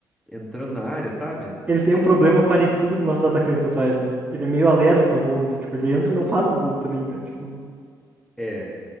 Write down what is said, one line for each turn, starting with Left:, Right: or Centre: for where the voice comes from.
Centre: entrando na área, sabe?
Right: Ele tem um problema parecido com nossos atacantes atuais, né? Ele é meio alérgico a gol, né? Tipo, ele entra e não faz os gols também, né? Tipo,
Centre: É,